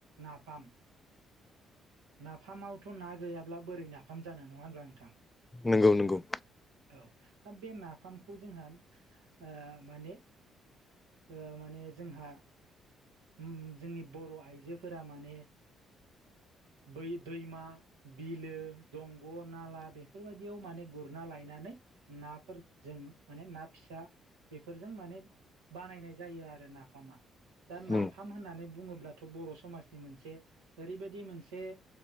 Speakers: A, on the right (about 85°); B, on the left (about 20°).
A: नाफाम नाफामावथ' ना गैयाब्ला बोरै नाफाम जानो नङा होनब्ला नोंथां?
B: नंगौ नंगौ।
A: औ दा बे नाफामखौ जोंहा ओ माने ओ माने जोंहा ओम जोंनि बर' आइजोफोरा माने बै दैमा बिलो दंग' नाला बेफोरबायदियाव माने गुरना लायनानै नाफोर जों माने ना फिसा बेफोरजों माने बानायनाय जायो आरो नाफामा। दा
B: उम
A: नाफाम होननानै बुङोब्लाथ' बर' समाजनि मोनसे ओरैबायदि मोनसे